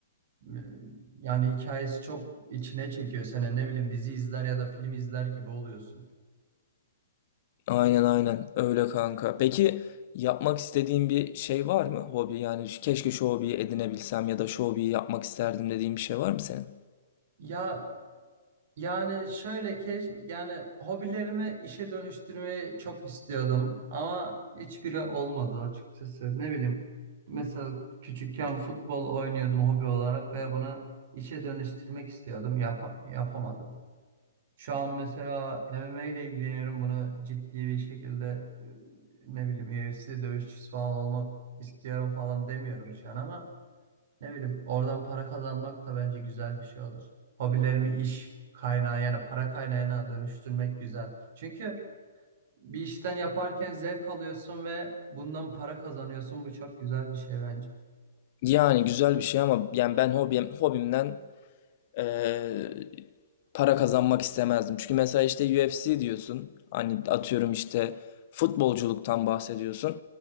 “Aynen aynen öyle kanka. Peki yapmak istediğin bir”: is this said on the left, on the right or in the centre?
Left